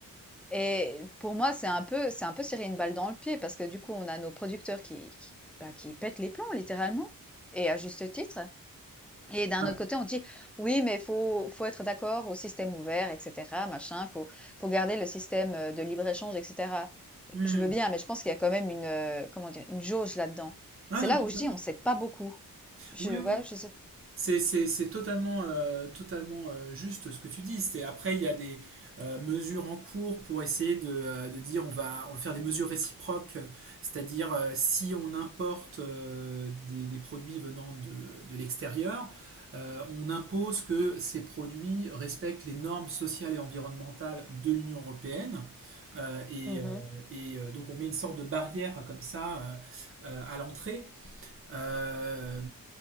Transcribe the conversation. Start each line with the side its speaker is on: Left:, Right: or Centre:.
Centre: Et pour moi, c'est un peu, c'est un peu se tirer une balle dans le pied parce que du coup, on a nos producteurs qui, qui, bah, qui pètent les plombs littéralement, et à juste titre. Et d'un
Right: Voilà.
Centre: autre côté, on dit oui, mais faut faut être d'accord au système ouvert, et cetera, machin. Faut faut garder le système euh, de libre-échange, et cetera.
Right: Hmm.
Centre: Je veux bien, mais je pense qu'il y a quand même une euh, comment dire une jauge là-dedans.
Right: Ah
Centre: C'est
Right: non,
Centre: là
Right: mais tout
Centre: où
Right: à totalement.
Centre: je dis on s'aide pas beaucoup. Je
Right: Oui, oui,
Centre: ouais,
Right: oui.
Centre: je sais.
Right: C'est c'est- c'est totalement, euh, totalement euh, juste ce que tu dis. C'est, après, il y a des euh, mesures en cours pour essayer de, euh, de dire on va, on va faire des mesures réciproques, euh, c'est-à-dire euh, si on importe euh, des, des produits venant de, de l'extérieur, euh, on impose que ces produits respectent les normes sociales et environnementales de l'Union européenne. Euh, et
Centre: Mhm.
Right: euh, et, euh, donc on met une sorte de barrière comme ça euh, euh, à l'entrée. Euh,